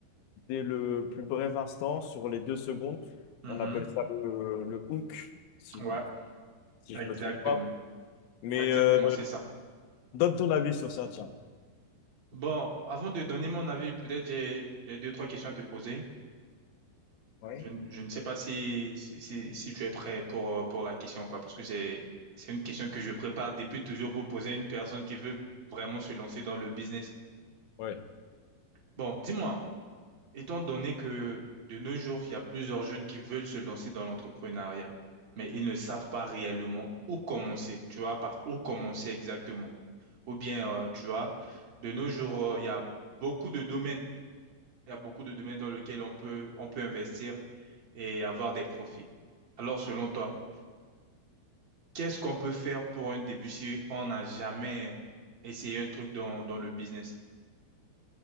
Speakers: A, on the left; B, on the right.
A: dès le plus bref instant, sur les deux secondes.
B: Mhm.
A: On appelle ça le, le hook, si
B: Ouais,
A: je, si je
B: exactement.
A: me trompe pas. Mais
B: Exactement,
A: euh,
B: c'est ça.
A: donne ton avis sur ça, tiens.
B: Bon, avant de donner mon avis, peut-être j'ai j'ai deux, trois questions à te poser.
A: Oui.
B: Je, ne je ne sais pas si, si, si, si tu es prêt pour, euh, pour la question, quoi, parce que c'est, c'est une question que je prépare depuis toujours pour poser à une personne qui veut vraiment se lancer dans le business.
A: Ouais.
B: Bon, dis-moi, étant donné que de nos jours, il y a plusieurs jeunes qui veulent se lancer dans l'entrepreneuriat, mais ils ne savent pas réellement où commencer, tu vois, par où commencer exactement. Ou bien,
A: Ouais.
B: euh, tu vois, de nos jours, euh, il y a beaucoup de domaines il y a beaucoup de domaines dans lesquels on peut, on peut investir et avoir des profits. Alors, selon toi, qu'est-ce qu'on peut faire pour un début si on n'a jamais essayé un truc dans, dans le business?